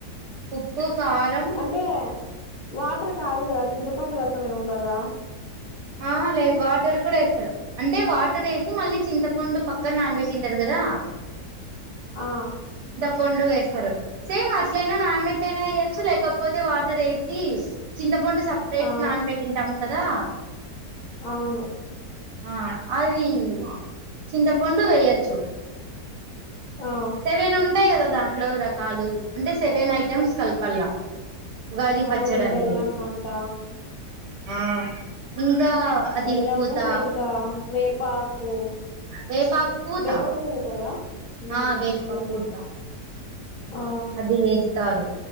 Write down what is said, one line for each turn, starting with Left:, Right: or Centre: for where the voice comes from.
Right: ఉప్పు కారం
Left: అంటే వాటర్ కాదు కద చింతపండు రసం ఏమో కదా
Right: ఆ లేదు వాటర్ కూడా వేస్తారు అంటే వాటర్ వేసి మళ్ళీ చింతపండు పక్కనా ననవేసింతారు కదా
Left: ఆ
Right: పండు వేస్తారు సేమ్ అట్లయినా నానబెట్టి అయినా వేయొచ్చు లేకపోతే వాటర్ వేసి చింతపండు సపరేట్
Left: ఆ
Right: నాన్ పెట్టింటాం కదా
Left: అవును
Right: ఆ అది చింతపండు వెయొచ్చు
Left: ఆ
Right: సవేనా ఉంటాయి కదా ధాం ట్లో రకాలు అంటే సెవెన్ ఐటెమ్స్ కలపల్లా ఉగాది
Left: అవును
Right: పచ్చడి అంటే
Left: బెల్లం అంట
Right: ఆ ఇంకా అది
Left: బెల్లము
Right: పూత
Left: ఇంకా వేపు పాకు
Right: వేపాకు పూత
Left: వెప పూవు కదా ఉ
Right: ఆ వేప
Left: పువ్వు
Right: పూత
Left: ఆ
Right: అది వేస్తారు